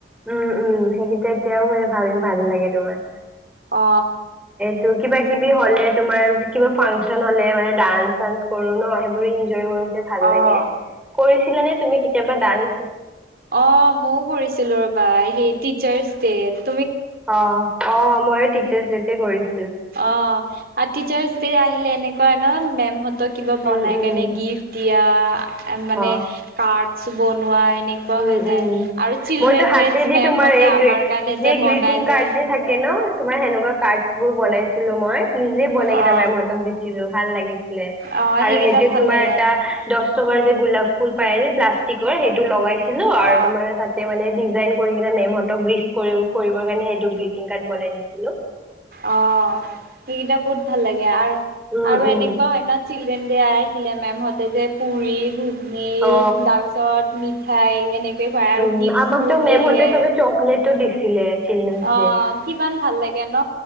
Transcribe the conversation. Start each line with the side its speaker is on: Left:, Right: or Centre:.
Centre: উম উম সেইকেইটা এতিয়াও মান ভাবি ভাল লাগে তোমাৰ
Right: অ
Centre: ত কিবা কিবি হলে তোমাৰ কিবা ফাংচন হলে মানে ডান্স চানচ্ কৰো ন সেইবোৰ এনজয় কৰো ভাল
Right: অ'।
Centre: লাগে কৰিছিলা নে তুমি কেতিয়াবা ডানস
Right: অ মইও কৰিছিলো ৰবা সেই টিচাৰ্চ দেত
Centre: অ অ ময়ো টিচাৰ্চ ডেতে কৰিছো
Right: অ আৰু টিচাৰ্চ দে আহিলে এনেকুৱা ন মেমহ কিবা বনাই
Centre: উম উম
Right: কেনে গিফট দিয়া মানে
Centre: অ
Right: কাৰ্ডছ বনাই
Centre: উম
Right: হৈ যায়
Centre: উম
Right: আৰু চিলড্ৰেন
Centre: মইতো হাতেদি
Right: মেমহতে
Centre: তোমাৰ এই
Right: আমাৰ
Centre: গ্ৰে-
Right: কাৰণে যে
Centre: গ্ৰিটিং
Right: বনাই
Centre: কাৰ্ড
Right: যে
Centre: থাকে ন তোমাৰ সেনেকুৱা কাৰ্ড বোৰ বনাইছিলো মই নিজে বনাই কিনে
Right: অ
Centre: মেমঁহতক দিছিলো ভাল লাগিছিল
Right: অ
Centre: আৰু
Right: সেইকেইটা
Centre: সেইটো
Right: ভাল
Centre: তোমাৰ
Right: লাগে
Centre: এটা দহ চবাৰ যে গোলাপ ফুল পাই যে প্লাষ্টিকৰ সেইটো লগাইছিলো আৰু
Right: অ
Centre: তোমাৰ তাতে মানে ডিজাইন কৰি কিনে মেমহতক গ্ৰিফ কৰি কৰিবৰ কাৰণে এইটো গ্ৰিটিং কাৰ্ড বনাই দিছিলো
Right: অ সেইকেইটা বহুত ভাল লাগে আৰু
Centre: উম
Right: আৰু
Centre: উম
Right: এনেকুৱা হয় ন চিল <unintelligible>
Centre: অ
Right: খাই এনেকে খায় আৰু
Centre: উম
Right: গিফ্টচ
Centre: আমাকতো
Right: বোৰ
Centre: মেমহঁতে
Right: যে দিয়ে
Centre: চবে চকলেটো দিছিলে চিলড্ৰেনছ
Right: অ
Centre: ডেত
Right: কিমান ভাল লাগে ন